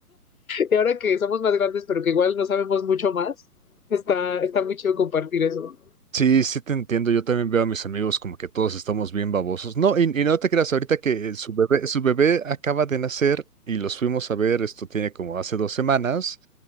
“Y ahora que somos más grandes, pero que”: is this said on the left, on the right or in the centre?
Left